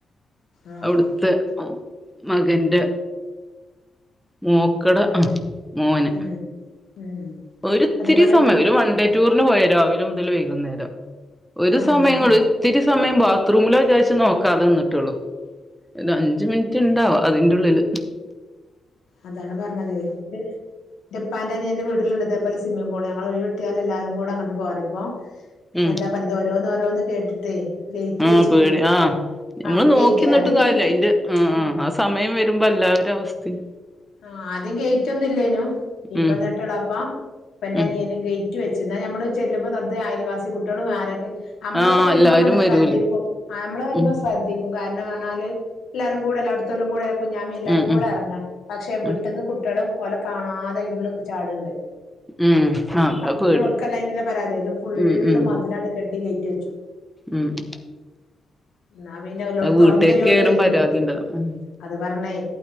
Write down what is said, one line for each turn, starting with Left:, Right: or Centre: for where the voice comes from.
Left: ആഹ്
Centre: അവിടുത്തെ ആ മകന്റെ മോക്കട
Left: അതെ
Centre: അ മോന്
Left: ഉം ഉം
Centre: ഒരിത്തിരി
Left: അതേപോലെ
Centre: സമയം ഒരു വൺണ്ടേ ടൂറിനു പോയതാ. രാവിലെ മുതൽ വൈകുന്നേരം ഒരു
Left: ആഹ്
Centre: സമയം ഉള്ളിൽ ഒത്തിരി സമയം ബാത്റൂമില വിചാച്ചു നോക്കാതെ ന്നിട്ടുള്ളൂ ഒരു അഞ്ചു മിനിറ്റ് ഇണ്ടാവ അതിന്റെള്ളില്
Left: അതാണ് പറഞ്ഞത് എന്റെ എന്റുപ്പാന്റെനിയന്റെ വീട്ട ട്ടു ഇതേ പോല സിമ്മിംഗ് പൂള് ഞങ്ങളഒഴിവ് കിട്ടിയൽ എല്ലാരും കൂടെ അങ്ങോട്പോവാറ് ഇപ്പോ
Centre: ഉം
Left: എന്താ പറയുന്നത് ഓരോന്നോരോന്ന് കേട്ടിട്ടേ ഗേറ്റ്
Centre: ആ
Left: വെച്ച്
Centre: പേടി
Left: പൂട്ടിയേക്കാ
Centre: ആ നഞമ്മള്
Left: ആഹ്
Centre: നോക്കിന്നിട്ടും
Left: ഗേറ്റ് അത്
Centre: കാര്യല്ല
Left: ഗേറ്റ്
Centre: അന്റെ ആ
Left: ഉം
Centre: ആ ആ സമയം വരുമ്പോ എല്ലാവരും അവസ്ഥിം
Left: ആ ആദ്യം ഗേറ്റ് ഒന്നും ഇല്ലേനു ഇപ്പൊ
Centre: ഉം
Left: എന്നിട്ടുള്പ്പാ ഇപ്പ എന്റെ
Centre: ഉം
Left: അനിയന് ഗേറ്റ് വെച്ചു എന്നനമ്മള് ചെല്ലുമ്പോ തൊട്ട് അയൽവാസി കുട്ടികളും ആരൊക്കെ നമ്മളൊക്കെ
Centre: ആ
Left: വരുമ്പോ
Centre: എല്ലാരും
Left: മന
Centre: വരൂലേ
Left: ശ്രദ്ധിക്കും നമ്മള വരുമ്പോ
Centre: ഉം
Left: ശ്രദ്ധിക്കും കാരണം ന്നാല് എല്ലാരും കൂടെ എല്ലായിടത്തരും കൂടെ കുഞ്ഞാമ എല്ലാരും
Centre: ഉം
Left: കൂടെ
Centre: ഉം
Left: ഇറങ്ങാൻ പക്ഷെ വിട്ടന്ന്
Centre: ഉം
Left: കുട്ട ഇവിടെ ഓലെ കാണാതെ അയ്ന്റെ ള്ളുക്ക് ചാടുന്നുണ്ട്.
Centre: ഉം ആ അതാ
Left: അപ്പൊപിന്നെ
Centre: പേടി
Left: ഇവൾക്കാലൈനിലെ പരാതിയുണ്ട് ഫുള്ള്
Centre: ഉം ഉം
Left: മതിലി ഗേയ്റ്റടച്ചു
Centre: ഉം
Left: എന്നാപിന്നെ അവനോട്
Centre: അത് വീട്ടുകാർക്ക്
Left: തുറന്നു തരുവോ,
Centre: ഏറും
Left: ചോദിക്കും
Centre: പരാതി ഉണ്ടാവും ഉം
Left: അത് പറഞ്ഞേ